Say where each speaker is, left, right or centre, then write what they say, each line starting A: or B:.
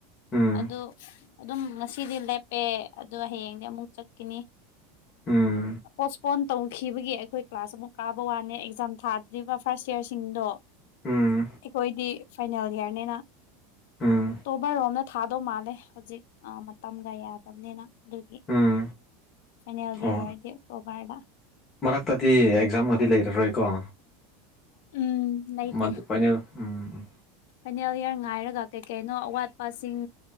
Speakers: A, on the left (about 20°); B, on the left (about 65°).
A: ꯎꯝ
B: ꯑꯗꯨ ꯑꯗꯨꯝ ꯉꯁꯤꯗꯤ ꯂꯦꯞꯄꯦ ꯑꯗꯨ ꯍꯌꯦꯡꯗꯤ ꯑꯃꯨꯛ ꯆꯠꯒꯅꯤ
A: ꯎꯝ
B: ꯄꯣꯢꯄꯣꯟ ꯇꯧꯈꯤꯕꯒꯤ ꯑꯩꯈꯣꯏ ꯀ꯭ꯂꯥꯁ ꯑꯃꯨꯛ ꯀꯥꯕ ꯋꯥꯅꯦ ꯑꯦꯛꯖꯥꯝ ꯊꯥꯗ꯭ꯔꯤꯕ ꯐꯥꯔꯁ ꯏꯌꯥꯔꯁꯤꯡꯗꯣ
A: ꯎꯝ
B: ꯑꯩꯈꯣꯏꯗꯤ ꯐꯥꯏꯅꯦꯜ ꯏꯌꯥꯔꯅꯤꯅ
A: ꯎꯝ
B: ꯑꯣꯛꯇꯣꯕꯥꯔ ꯔꯣꯝꯅ ꯊꯥꯗꯧ ꯃꯥꯜꯂꯦ ꯍꯧꯖꯤꯛ ꯑꯥ ꯃꯇꯝꯒ ꯌꯥꯗꯕꯅꯤꯅ ꯑꯗꯨꯒꯤ
A: ꯎꯝ
B: ꯐꯥꯢꯅꯦꯜ
A: ꯑꯣ
B: ꯢꯌꯥꯔꯖꯤ ꯇꯣꯈꯥꯢꯕ
A: ꯃꯔꯛꯇꯗꯤ ꯑꯦꯛꯖꯥꯝꯒꯗꯤ ꯂꯩꯔꯔꯣꯏꯀꯣ
B: ꯎꯝ ꯂꯩꯇꯦ
A: ꯃꯥ ꯐꯥꯏꯅꯦꯜ ꯎꯝ
B: ꯐꯥꯏꯅꯦꯜ ꯏꯌꯥꯔ ꯉꯥꯏꯔꯒ ꯀꯩ ꯀꯩꯅꯣ ꯑꯋꯥꯠꯄꯁꯤꯡ